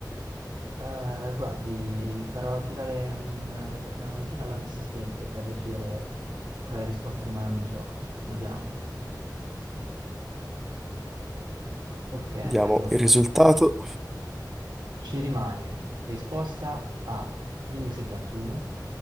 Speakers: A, on the right; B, in the centre.
A: Eh, guardi, farò tirare un- una monetina alla mia assistente per decidere quale risposta rimane in gioco. Vediamo. Ok,
B: Vediamo
A: allora.
B: il risultato.
A: Ci rimane risposta A 1071